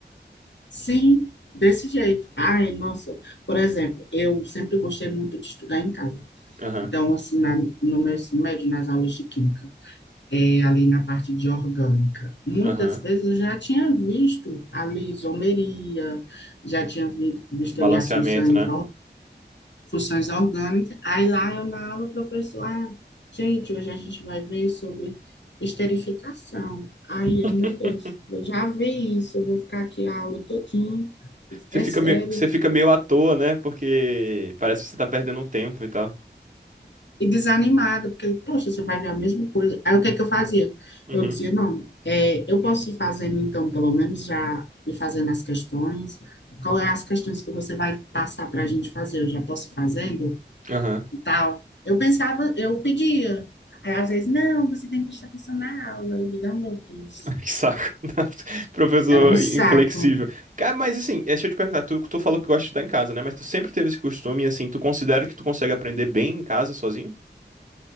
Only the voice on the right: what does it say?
Aham,
aham.
Balanceamento,
né?
<laughs>
Você
fica
meio, você fica meio à toa, né? Porque parece que você tá perdendo um tempo e tal.
Uhum,
aham.
Que saco, <laughs> professor
inflexível. Cara, mas assim, é, deixa eu te perguntar, tu, tu falou que gosta de estudar em casa, né? Mas tu sempre teve esse costume, assim, tu considera que tu consegue aprender bem em casa sozinho?